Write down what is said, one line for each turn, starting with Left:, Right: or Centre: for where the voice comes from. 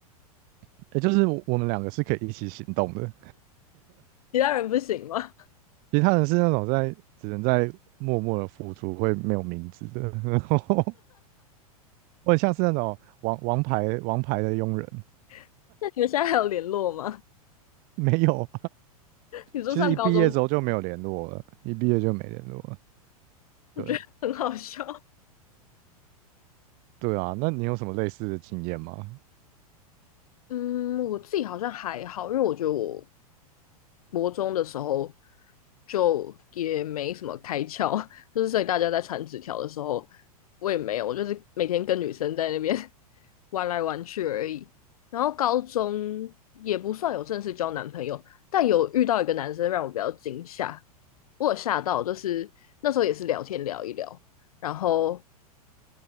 Right: <laughs> 也就是我我们两个是可以一起行动的，
Left: 其他人不行吗？
Right: 其他人是那种在只能在默默的付出，会没有名字的，<laughs> 然后我很像是那种王王牌王牌的佣人，
Left: <laughs> 那你们现在还有联络吗？
Right: 没有，
Left: <laughs> 你说上高中，
Right: 其实一毕业之后就没有联络了，一毕业就没联络了，
Left: 我觉得很好笑。
Right: 对。对啊，那你有什么类似的经验吗？
Left: 嗯，我自己好像还好，因为我觉得我国中的时候就也没什么开窍，<laughs> 就是所以大家在传纸条的时候，我也没有，我就是每天跟女生在那边 <laughs> 玩来玩去而已。然后高中也不算有正式交男朋友，但有遇到一个男生让我比较惊吓，我有吓到，就是那时候也是聊天聊一聊，然后